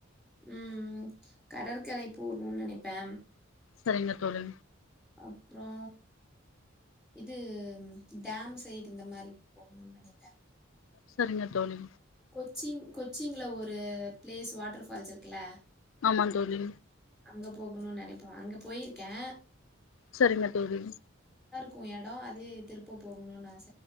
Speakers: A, in the centre; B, on the left (about 75°).
A: ம் கடற்கரை போணுன் நெனைப்பே
B: செரிங்க தோழி
A: அப்றோ இது டேம் சைடு இந்த மாரி போணுன் நெனைப்ப
B: செரிங்க தோழி
A: கொச்சிங் கொச்சிங்ல ஒரு பிளேஸ் வாட்டர் ஃபால்ஸ் இருக்குல்ல
B: ஆமா தோழி
A: அங்க போகணுன் நெனைப்ப அங்க போயிருக்கே
B: செரிங்க தோழி
A: கு எடோ அதே திருப்ப போகணுன்னு ஆச